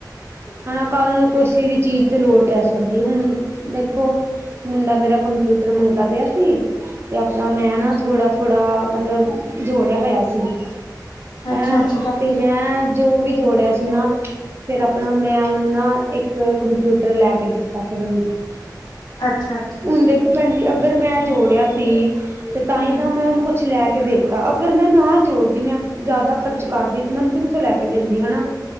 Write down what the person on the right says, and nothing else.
ਹਨਾ ਕੱਲ ਨੂੰ ਕੋਸੀ ਵੀ ਚੀਜ਼ ਤੇ ਲੋੜ ਸਕਦੀ ਹੈ ਹੁਣ ਦੇਖੋ। ਮੁੰਡਾ ਮੇਰਾ ਕੰਪਿਊਟਰ ਮੰਗਦਾ ਪਿਆ ਸੀ ਤੇ ਆਪਣਾ ਮੈਂ
ਨਾ ਥੋੜਾ। ਥੋੜਾ ਮਤਲਬ ਜੋੜਿਆ ਹੋਇਆ ਸੀ
ਹੈਂ
ਤੇ
ਮੈਂ। ਜੋ ਵੀ ਜੋੜਿਆ ਸੀ ਨਾ। ਫੇਰ ਆਪਣਾ ਮੈਂ ਉਹਨੂੰ ਨਾ ਇੱਕ ਕੰਪਿਊਟਰ ਲੈ ਕੇ ਦਿੱਤਾ ਫਿਰ ਉਹਨੂੰ।
ਹੁਣ ਦੇਖੋ ਭੈਣ ਜੀ ਅਗਰ ਮੈਂ ਜੋੜਿਆ ਸੀ ਤੇ
ਤਾਂ ਹੀ ਨਾ ਮੈਂ ਉਹਨੂੰ ਕੁਛ ਲੈ ਕੇ। ਦੇ ਤਾ ਅਗਰ ਮੈਂ ਨਾ ਜੋੜਦੀ ਮੈਂ ਜ਼ਿਆਦਾ ਖਰਚ ਕਰਦੀ ਤੇ ਮੈਂ ਉਹਨੂੰ ਕਿੱਥੋਂ ਲੈ ਕੇ। ਦਿੰਦੀ ਹਨਾ।